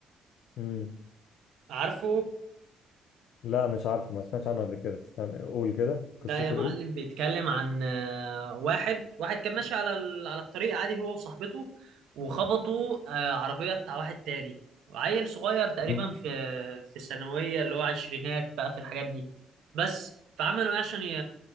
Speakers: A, on the left; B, on the right.
A: امم
B: عارفه
A: لا مش عارفه ما سمعتش عنه قبل كده استنى قول كده قصته
B: ده يا معلم
A: ايه
B: بيتكلم عن آه، واحد واحد كان ماشي على ال- على الطريق عادي هو وصاحبته وخبطوا آه، عربية بتاع واحد تاني عيل صغير تقريبا
A: امم
B: في في الثانوية اللي هو عشرينات بقى في الحاجات دي بس فعملوا ايه عشان ي-